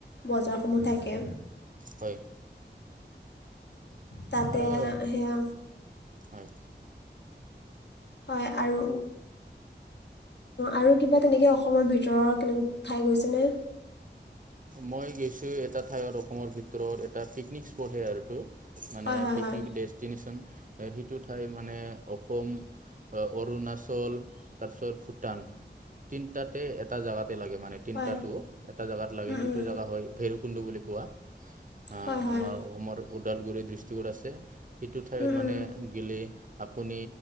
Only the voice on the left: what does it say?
বজাৰসমূহ থাকে।
তাতে
সেইয়া
হয় আৰু আৰু কিবা তেনেকে অসমৰ ভিতৰ ঠাই গৈছেনে
হয় হয়
হয়
হয়
উম
উম
হয় হয়
উম উম